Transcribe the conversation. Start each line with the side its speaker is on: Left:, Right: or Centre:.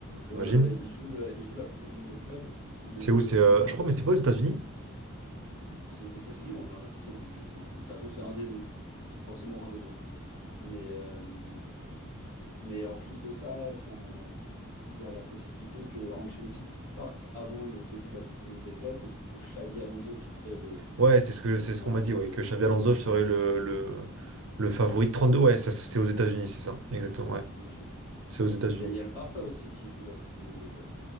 Left: Ouais,
Right: j'imagine.
Left: ouais, ouais. Ils jouent le- ils jouent la Coupe du Monde des clubs, mais
Right: C'est
Left: potentiellement,
Right: où? C'est, euh, je
Left: euh,
Right: crois, mais c'est pas aux États-Unis?
Left: C'est aux États-Unis ou en Arabie Saoudite, je sais plus. De toute façon, c'est un des deux. C'est forcément un des deux. Mais, euh, mais en plus de ça, enfin, il y a la possibilité que Ancelotti du coup parte avant le début de la Coupe du Monde des clubs et que du coup Xavi Alonso qui serait le
Right: Ouais, c'est ce que c'est ce
Left: normalement
Right: qu'on m'a dit. Ouais,
Left: le,
Right: que Xavi
Left: celui
Right: Alonso
Left: qui reprendra
Right: serait
Left: euh,
Right: le, le, le
Left: le
Right: favori
Left: successeur.
Right: de 32. Ouais, ça, c'est aux États-Unis, c'est ça. Exactement. Ouais,
Left: Ok.
Right: c'est aux États-Unis.
Left: Et ben il y a le Barça aussi qui joue la Coupe du Monde des clubs